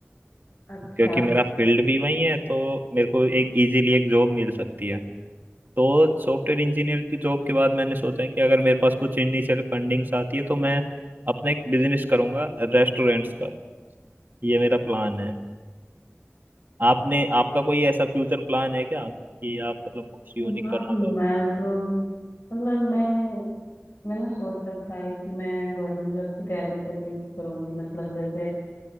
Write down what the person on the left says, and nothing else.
अच्छा
हाँ
मैं तो मतलब मैं मैंने सोच रखा है कि मैं गवर्नमेंट जॉब की तैयारी कर रही करूंगी मतलब जैसे